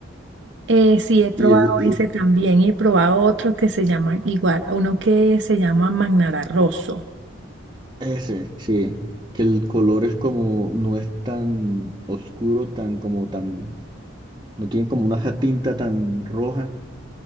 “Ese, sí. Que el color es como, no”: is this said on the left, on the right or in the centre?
Right